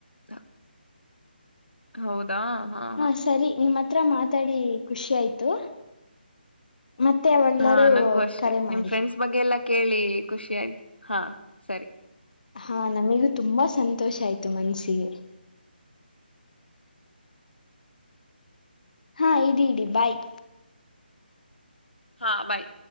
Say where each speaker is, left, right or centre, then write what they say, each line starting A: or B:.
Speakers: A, on the left; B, on the left.
A: ಹ ಹೌದ್ ದ ಹ
B: ಹಾ ಸರಿ ನಿಮ್ಮ ಹತ್ರ ಮಾತಾಡಿ ಖುಷಿ ಆಯ್ತು. ಮತ್ತೆ ಯಾವಗ್ಲಾರೂ
A: ಹಾ ನಂಗೂ ಅಷ್ಟೆ
B: ಕರೆ
A: ನಿಮ್
B: ಮಾಡಿ.
A: ಫ್ರೆಂಡ್ಸ್ ಬಗ್ಗೆ ಎಲ್ಲಾ ಕೇಳಿ ಖುಷಿ ಆಯ್ತು ಹಾ ಸರಿ.
B: ಹಾ ನಮಗೂ ತುಂಬಾ ಸಂತೋಷ ಆಯ್ತು ಮನಸ್ಸಿಗೆ. ಹಾ ಇಡೀ ಇಡೀ ಬಾಯ್
A: ಹಾ ಬಾಯ್